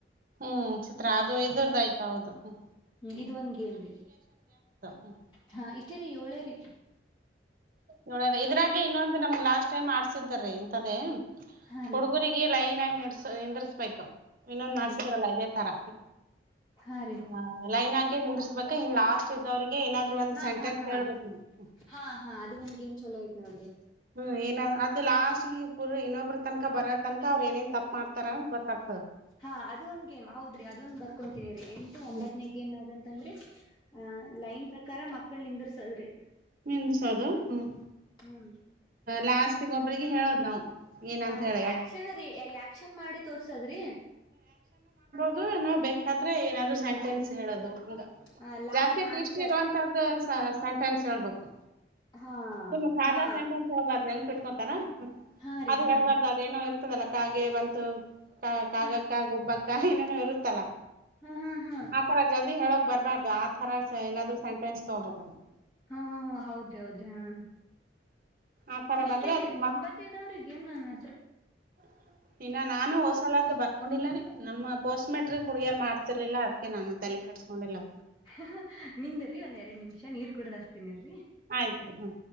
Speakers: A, on the right (about 50°); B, on the left (about 25°).
A: ಹ್ಮ್ ಚಿತ್ರ ಅದು ಇದರ್ದದು ಆಯ್ತ ಹೌದು ಹ್ಮ
B: ಹ್ಮ್ ಇದ ಒಂದ್ ಗೇಮ್ ರಿ
A: ಹ್ಮ್
B: ಹಾ ಇಟ್ಟೇರಿ ಏಳೇರಿ
A: ನೋಡದ ಇದ್ರಾಗೆ ಇನ್ನೊಂದು ನಮ್ಗ್ ಲಾಸ್ಟ್ ಟೈಮ್ ಆಡ್ಸಿದ್ರ ಇಂತದೇ
B: ಹಾ ರೀ
A: ಹುಡುಗುರಿಗೆ ಲೈನ್ ಆಗಿ ನಡ್ಸ ನಿಂದ್ರಿಸ್ಬೇಕು ಇನ್ನೊಂದ್
B: ಹಾ
A: ಮಾಡಸಿದ್ರಲ್ಲ
B: ರೀ
A: ಇದೇ ತರ
B: ಹಾ ರೀ
A: ಹ ಲೈನ್ ಆಗೇ ನಿಂದ್ರಿಸಬೇಕ ಇನ್ ಲಾಸ್ಟ್ ಇದ್ದವರಿಗೆ ಏನಾದ್ರು ಒಂದು
B: ಹಾ
A: ಸೆಂಟೆನ್ಸ್
B: ಹಾ ಹಾ
A: ಹೇಳ್ಬೇಕು ನ
B: ಹಾ ಹಾ ಅದೇ ಒಂದು ಗೇಮ್ ಚಲೋಐತ್ ನೋದೆ
A: ಹ್ಮ್ ಏನ ಅದು ಲಾಸ್ಟ್ ಇಬ್ರು ಇನ್ನೊಬ್ರು ತನಕ ಬರ ತನಕ ಅವರು ಏನೇನ್ ತಪ್ಪ ಮಾಡ್ತಾರ ಗೊತ್ತಾಗತ
B: ಹಾ ಅದ ಒಂದ್ ಗೇಮ್ ಹೌದ್ರಿ ಅದ ಒಂದ್ ಬರ್ಕೊತೀನಿ ರಿ ಎಂಟು ಒಂಬತ್ತನೇ
A: ಹ್ಮ್
B: ಗೇಮ್ ಆದಂತ ಅಂದ್ರೆ ಆ ಲೈನ್ ಪ್ರಕಾರ ಮಕ್ಕಳ ನಿಂಗರ್ಸದ್ರೆ
A: ನಿಂದಸೋದು ಹ್ಮ್
B: ಹ್ಮ್
A: ಲಾಸ್ಟ್ಗ ಒಬ್ರಿಗೆ ಹೇಳೋದು ನಾವು ಏನಂತ
B: ಹ ಅಂದ್ರೆ
A: ಹೇಳಿ
B: ಆಕ್ಷನ್ ರೀ ಆಕ್ಷನ್ ಮಾಡಿ ತೋರ್ಸದ್ರಿ
A: ಈ ನಾವ್ ಬೇಕಾದ್ರೆ ಏನಾದ್ರು ಸೆಂಟೆನ್ಸ್ ಹೇಳೋದು ಹ
B: ಹ ಲಾಸ್ಟ್
A: ಜಾಸ್ತಿ ದೃಷ್ಟಿ
B: ಆನ್ಸರ್
A: ಇರುವಂತದ್ದು ಸಂಟೆನ್ಸ್ ಹೇಳ್ಬೇಕು
B: ಹಾ
A: ತುಂಬಾ ಸಾದಾ
B: ಹಾ
A: ಸೆಂಟೆನ್ಸ್ ಹೆಳ್ಬಾರ್ದು ಅಂತ ಬಿಟ್ಕೊತಾರ
B: ಹಾ ರೀ
A: ಅದು
B: ಹಾ
A: ಹೇಳ್ಬಾರ್ದ ಅದೇಏನೋ ಇರ್ತದಲ್ಲ ಕಾಗೆ ಬಂತು ಕ ಕಾಗಕ್ಕ
B: ಹಾ
A: ಗುಬ್ಬಕ್ಕ ಏನೇನು ಇರುತ್ತಲ್ಲಾ
B: ಹಾ ಹಾ ಹಾ
A: ಆತರ ಜಲ್ದಿ ಹೇಳಕ್ ಬರ್ಬಾರ್ದು ಆ ತರ ಏನಾದ್ರು ಸೆಂಟೆನ್ಸ್ ತಗೋಬೇಕ್ರ
B: ಹಾ ಹಾ ಹ ಹೌದ್ರಿ ಹೌದ್ರಿ ಹಾ
A: ಆ ತರ
B: ಇಷ್ಟೇ
A: ಬಂದ್ರೆ ಅದ್
B: ಒಂಬತ್ತದವ್ರಗ ಏನ್ ನನ್ನ
A: ಹ್ಮ ಇನ್ನ ನಾನು ಹೋಸಲದ್ದು ಬರ್ಕೊಂಡಿಲ್ಲ ರೀ ನಮ್ಮ ಪೋಸ್ಟ್ ಮೆಟ್ರಿಕ್ ಹುಡುಗೆರ್ ಮಾಡ್ತಿರ್ಲಿಲ್ಲ ಅದ್ಕೆ ನಾನು ತಲಕ ಕಟ್ಸ್ಕೊಂಡಿಲ್ಲಾ.
B: ಹ ನಿಂದ್ರರಿ ಒಂದ್ ಎರಡ್ ನಿಮಿಷ ನೀರ್ ಕುೂಡದಾಸ್ತೀನಿರಿ.
A: ಆಯ್ತ್ರಿ ಹಾ.